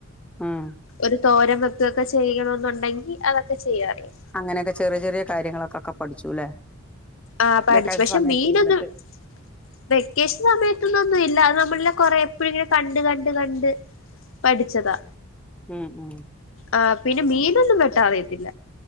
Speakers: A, in the centre; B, on the left.
A: ഉം
B: ഒരു തോരൻ വെക്കുകൊക്കെ ചെയ്യണന്നുണ്ടെങ്കി അതൊക്കെ ചെയ്യാ അറിയാ
A: അങ്ങനെയൊക്കെ ചെറിയ ചെറിയ കാര്യങ്ങളൊക്കൊക്കെ പഠിച്ചുല്ലേ
B: ആഹ് പഠിച്ചു
A: വെക്കേഷൻ
B: പക്ഷെ
A: സമയത്ത്
B: മീനൊന്നും
A: ഇരുന്നിട്ട്
B: വെക്കേഷൻ സമയത്തൊന്ന് ഒന്നും ഇല്ല അത് നമ്മള് ല്ലെ കൊറെ എപ്പോഴും ഇങ്ങനെ കണ്ട് കണ്ട് കണ്ട് പഠിച്ചതാ
A: ഉം ഉം
B: ആ പിന്നെ മീനൊന്നും വെട്ടാനറിയത്തില്ല